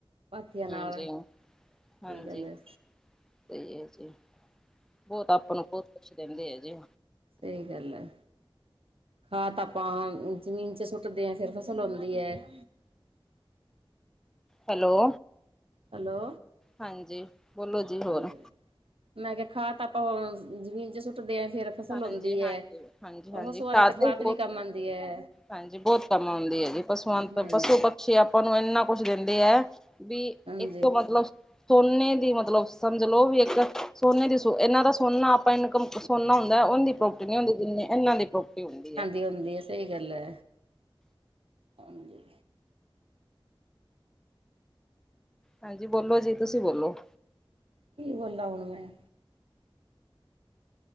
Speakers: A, on the right; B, in the centre.
A: ਪਾਥੀਆਂ
B: ਹਾਂਜੀ
A: ਨਾਲ,
B: ਹਾਂਜੀ
A: ਸਈ ਗੱਲ ਐ।
B: ਸਹੀ ਏ ਜੀ, ਬੌਤ ਆਪਾਂ ਨੂੰ ਬੌਤ ਕੁਛ ਦੇਂਦੇ ਏ ਜੀ।
A: ਸਈ ਗੱਲ ਐ, ਖਾਤ ਆਪਾਂ ਜ਼ਮੀਨ ਚ ਸੁੱਟਦੇ ਆ ਫਿਰ ਫਸਲ ਹੁੰਦੀ ਏ <inaudible>
B: ਹੈਲੋ
A: ਹੈਲੋ
B: ਹਾਂਜੀ ਬੋਲੋ ਜੀ ਹੋਰ
A: ਹਾਂਜੀ ਮੈਂ ਕਿਆ ਖਾ ਤਾਂ ਆਪਾਂ ਜ਼ਮੀਨ ਚ ਸੁੱਟਦੇ ਅ ਫੇਰ ਫ਼ਸਲ
B: ਹਾਂਜੀ
A: ਹੁੰਦੀ ਐ,
B: ਹਾਂਜੀ ਹਾਂਜੀ
A: ਉਹ
B: ਹਾਂਜੀ
A: ਤੋਂ ਸੂਆਂ
B: ਘਰ
A: ਦੀ ਤੇ
B: ਦਾ
A: ਖਾਦ
B: ਹੀ ਬਹੁਤ
A: ਵੀ ਕੰਮ ਆਂਦੀ ਐ।
B: ਹਾਂਜੀ ਬਹੁਤ ਕੰਮ ਆਂਦੀ ਐ ਜੀ, ਪਸੂਆਂ
A: ਹਾਂਜੀ
B: ਪੂ ਪਿੱਛੇ ਆਪਾਂ ਨੂੰ ਇੰਨਾ ਕੁਛ ਦਿੰਦੇ ਐ, ਵੀ
A: ਹਾਂਜੀ।
B: ਇੱਕ ਮਤਲਬ ਸੋਨੇ ਦੀ ਮਤਲਬ। ਸਮਝ ਲਓ ਵੀ ਇੱਕ ਸੋਨੇ ਦੀ ਸ ਇਹਨਾਂ ਦਾ ਸੋਨਾ, ਆਪਾਂ ਇਨਕਮ ਸੋਨਾ ਹੁੰਦਾ ਉਹ ਦੀ ਪ੍ਰੋਪਰਟੀ ਨਹੀਂ ਹੁੰਦੀ, ਜਿੰਨੀ ਇਹਨਾਂ ਦੀ ਪ੍ਰੋਪਰਟੀ ਹੁੰਦੀ ਐ।
A: <unintelligible> ਸਹੀ ਗੱਲ ਐ। ਹਾਂਜੀ।
B: ਹਾਂਜੀ ਬੋਲੋ ਜੀ, ਤੁਸੀਂ ਬੋਲੋ।
A: ਕੀ ਬੋਲਾਂ ਹੁਣ ਮੈਂ।